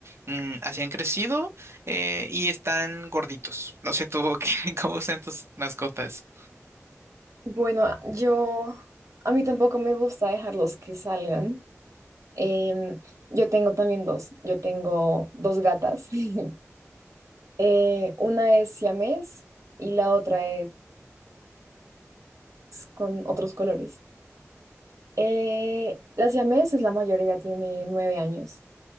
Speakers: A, on the right; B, on the right.
A: mm, así han crecido eh, y están gorditos, no sé tú <laughs> qué, cómo sean tus mascotas.
B: Bueno, yo... A mí tampoco me gusta dejarlos que salgan. Em, yo tengo también dos. Yo tengo dos gatas. <laughs> Eh, una es siamés y la otra es con otros colores. Eh, la siamesa es la mayor, ella tiene nueve años